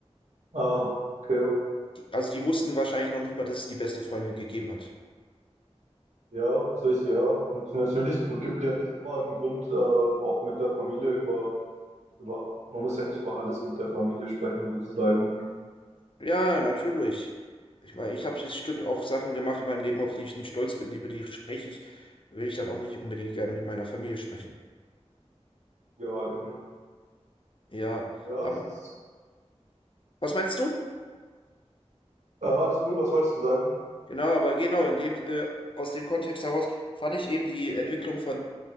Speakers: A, on the right; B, on the left.
A: Ah, okay.
B: Die, also die wussten wahrscheinlich noch nicht mal, dass es die beste Freundin gegeben hat.
A: Ja, sehe ja. Nat- Natürlich man gibt ja nicht immer einen Grund, äh, auch mit der Familie über, über, man muss ja nicht über alles mit der Familie sprechen, sozusagen.
B: Ja, natürlich. Ich meine, ich habe bestimmt auch Sachen gemacht in meinem Leben, auf die ich nicht stolz bin, die- über die spreche ich, will ich dann auch nicht unbedingt gerne mit meiner Familie sprechen.
A: Ja, eben.
B: Ja,
A: Ja,
B: aber
A: es ist
B: was meinst du?
A: äh, alles gut, was wolltest du sagen?
B: Genau, aber genau, in dem, äh, aus dem Kontext heraus fand ich eben die Entwicklung von